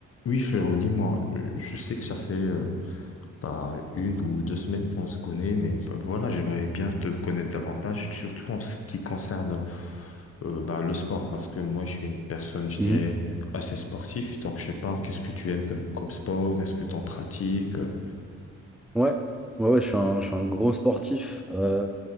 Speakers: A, on the left (about 50°); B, in the centre.
A: Oui, frérot, dis-moi, euh, je sais que ça fait euh, bah, une ou deux semaines qu'on se connaît, mais bah, voilà, j'aimerais bien te connaître davantage, surtout en ce qui concerne euh, bah, le sport, parce que moi, je suis une personne, je
B: Mhm.
A: dirais, assez sportive, donc je sais pas, qu'est-ce que tu aimes que- comme sport, est-ce que tu en pratiques? euh.
B: Ouais, ouais, ouais, je suis un, je suis un gros sportif. Euh,